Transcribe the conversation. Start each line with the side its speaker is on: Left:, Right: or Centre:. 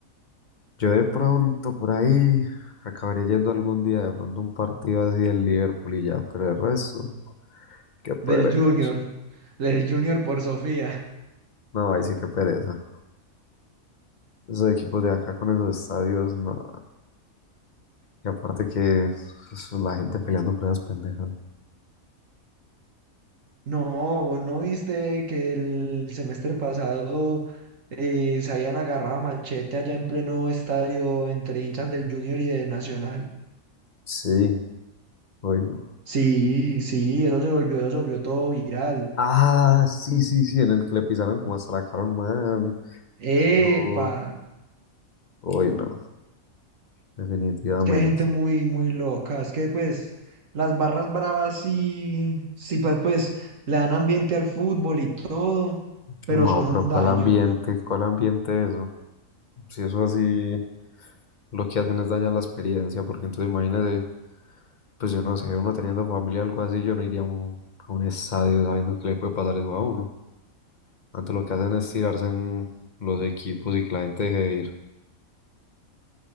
Left: Yo de pronto por ahí acabaré yendo algún día de pronto a un partido así del Liverpool y ya, pero el resto, qué pereza.
Right: del Junior, del Junior por Sofía.
Left: No, ahí sí que pereza. Esos equipos de acá con esos estadios, no. Y aparte que pues, la gente peleando por esas pendejas.
Right: No, ¿vos ¿no viste que el semestre pasado eh, se habían agarrado a machete allá en pleno estadio entre hinchas del Junior y de Nacional?
Left: Sí, hoy no.
Right: Sí, sí, eso se volvió, eso se volvió todo viral.
Left: Ah, sí, sí, sí, en el que le pisaron como hasta la cara a un man.
Right: ¡Epa!
Left: Eso, uy, no, definitivamente.
Right: que hay gente muy, muy loca. Es que, pues, las barras bravas sí, sí, pues, pues, le dan ambiente al fútbol y todo, pero
Left: No,
Right: son
Left: pero
Right: un
Left: ¿cuál
Right: daño.
Left: ambiente? ¿Cuál ambiente eso? Si eso así, lo que hacen es dañar la experiencia, porque entonces imagínate, pues yo no sé, uno teniendo familia o algo así, yo no iría a un, a un estadio sabiendo que le puede pasar eso a uno. Antes lo que hacen es tirarse en los equipos y que la gente deje de ir